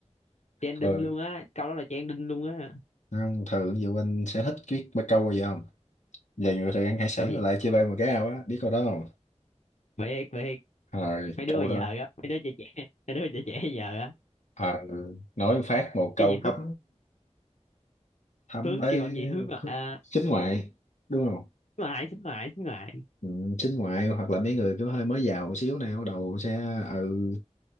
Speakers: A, on the left (about 70°); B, on the left (about 85°).
A: trending
B: ừ.
A: luôn á câu đó là trending luôn á
B: không thường ví dụ anh sẽ thích biết bắt câu bao giờ không về người thường ăn hải sản
A: coi
B: rồi lại
A: vậy
B: chia bay một cái ao á biết câu đó không
A: biệt biệt
B: rồi
A: mấy
B: câu
A: đứa giờ
B: đó
A: á mấy đứa trẻ trẻ mấy đứa trẻ trẻ giờ á
B: à, ừ. nói phát một câu
A: cái gì
B: thấm
A: hướng
B: thấm
A: hướng
B: tới
A: kêu bạn gì hướng ngoại à,
B: chính ngoại đúng không
A: hướng ngoại xính ngoại xính ngoại
B: ừ, chính ngoại hoặc là mấy người cứ hơi mới giàu một xíu nè bắt đầu sẽ ừ